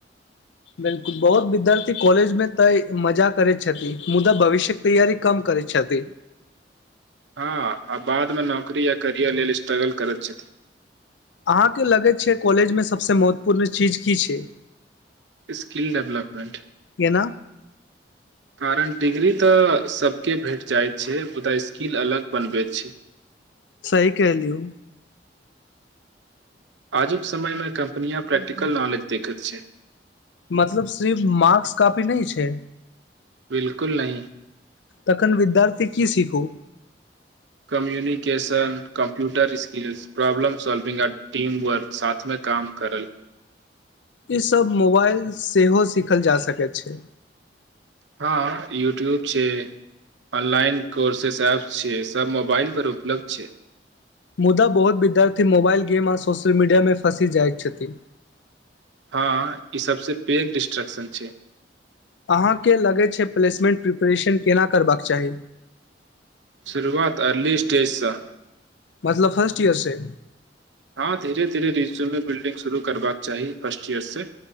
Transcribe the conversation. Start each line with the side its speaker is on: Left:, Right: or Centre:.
Left: बिलकुल बहुत विद्यार्थी कॉलेजमे तऽ मजा करैत छथि मुदा भविष्यक तैयारी कम करैत छथि
Right: हँ आ बादमे नौकरी या करियर लेल स्ट्रगल करैत छथि
Left: अहाँके लगैत छै कॉलेजमे सभसँ महत्वपूर्ण चीज की छै
Right: स्किल डेवलपमेन्ट
Left: केना
Right: कारण डिग्री तऽ सबके भेट जाइत छै मुदा स्किल अलग बनबैत छै
Left: सही कहलियो
Right: आजुक समयमे कम्पनियाँ प्रैकटिकल नॉलेज देखैत छै
Left: मतलब सिर्फ मार्क्स कॉफी नहि छै
Right: बिलकुल नहि
Left: तखन विद्यार्थी की सिखू
Right: communication computer skills problem solving आ टीम वर्क साथमे काम करल
Left: ईसभ मोबाइल सेहो सीखल जा सकैत छै
Right: हँ यूट्यूब छै ऑनलाइन कोर्सेस एपस छै सब मोबाइल पर उपलब्ध छै
Left: मुदा बहुत विद्यार्थी मोबाइल गेम आ सोशल मीडियामे फँसि जाइत छथिन
Right: हँ ई सभसँ पैघ डिस्ट्रेक्शन छै
Left: अहाँके लगैत छै प्लेसमेंट प्रिपरेशन केना करबाक चाही
Right: शुरुआत अर्ली स्टेजसँ
Left: मतलब फर्स्ट ईयर से
Right: हँ धीरे धीरे रीजनमे बिल्डिंग शुरू करबाक चाही फर्स्ट ईयर से